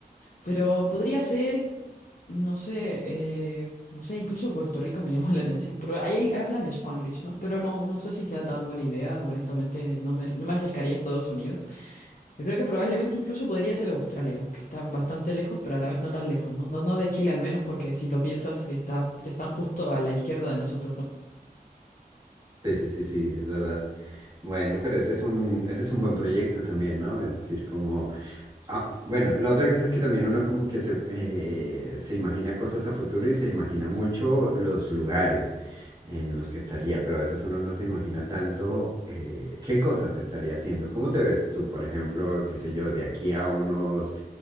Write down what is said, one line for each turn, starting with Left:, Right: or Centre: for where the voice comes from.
Left: Pero podría ser, no sé, eh, no sé, incluso Puerto Rico me llama <laughs> la atención, pero ahí hablan Spanglish, ¿no? Pero no, no sé si sea tan buena idea, honestamente, no me, no me acercaría a Estados Unidos. Yo creo que probablemente incluso podría ser Australia, que está bastante lejos, pero a la vez no tan lejos, ¿no? No, no de Chile al menos, porque si lo piensas, está, están justo a la izquierda de nosotros, ¿no?
Right: Sí, sí, sí, sí, es verdad. Bueno, pero ese es un, ese es un buen proyecto también, ¿no? Es decir, como Ah, bueno, la otra cosa es que también uno como que se, eh, se imagina cosas a futuro y se imagina mucho los lugares en los que estaría, pero a veces uno no se imagina tanto eh, qué cosas estaría haciendo. ¿Cómo te ves tú, por ejemplo, qué sé yo, de aquí a unos